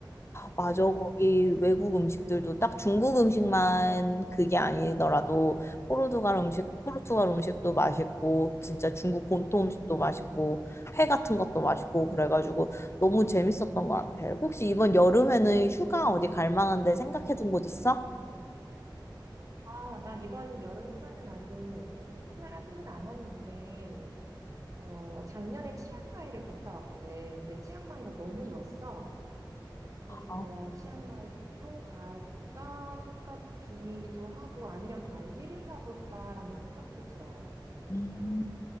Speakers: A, on the left; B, on the right.
A: 맞아.
B: 음,
A: 거기 외국 음식들도 딱 중국 음식만 그게 아니더라도 포르투갈 음식,
B: 어.
A: 포르투갈 음식도 맛있고 진짜 중국 본토
B: 음.
A: 음식도 맛있고 회 같은 것도 맛있고 그래가지고 너무 재밌었던 것 같아. 혹시 이번 여름에는 휴가 어디 갈 만한데 생각해 둔 곳 있어?
B: 아, 나 이번 여름 휴가는 아직 추진을 하지는 않았는데, 어, 작년에 치앙마이를 갔다 왔거든. 근데 치앙마이가 너무 좋았어. 그래서
A: 어.
B: 치앙마이를 또 갈까 생각 중이기도 하고 아니면 발리를 가볼까라는 생각도 들어.
A: 음.